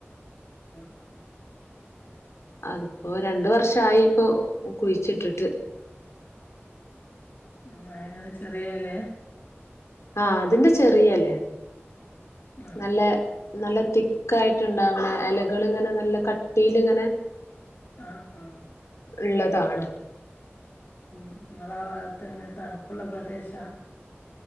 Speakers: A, on the left; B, on the left.
A: അഹ് അഹ്
B: അതിപ്പോ രണ്ടു വർഷായി ഇപ്പൊ കുഴിച്ചിട്ടിട്ട്
A: ഉ ആഎങ്ങനെ ചെറിയ എലയാ
B: ആഹ് അതിന്റെ ചെറിയ ഇലയാ
A: ആ
B: ന ല്ലേ നല്ല തിക്കായിട്ട്ണ്ടാവണ് ഇലകള് ഇങ്ങനെ നല്ല കട്ടിയില് ഇങ്ങനെ
A: ആഹ് ആഹ്
B: ഉള്ളതാണ്
A: ഉം ഇങ്ങള ആ ഭാഗത്തു എങ്ങനെ തണുപ്പുള്ള പ്രദേശ